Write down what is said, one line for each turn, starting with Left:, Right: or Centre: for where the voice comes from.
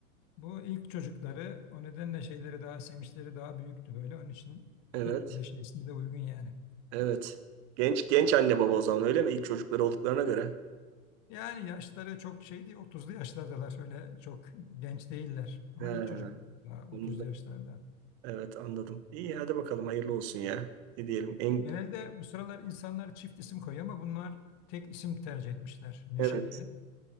Left: Bu ilk çocukları o nedenle şeyleri daha semişleri daha büyüktü böyle. Onun için
Right: Evet.
Left: <laughs> Neşe ismi de uygun yani.
Right: Evet. Genç genç anne baba o zaman öyle mi? İlk çocukları olduklarına göre.
Left: Yani yaşları çok şey değil 30'lu yaşlardalar öyle çok genç değiller. Ama
Right: He,
Left: ilk çocuk daha 30'lu
Right: anladım.
Left: yaşlarda.
Right: Evet anladım. İyi hadi bakalım hayırlı olsun ya. Ne diyelim? En,
Left: Genelde bu sıralar insanlar çift isim koyuyor ama bunlar tek isim tercih etmişler Neşe
Right: evet.
Left: diye.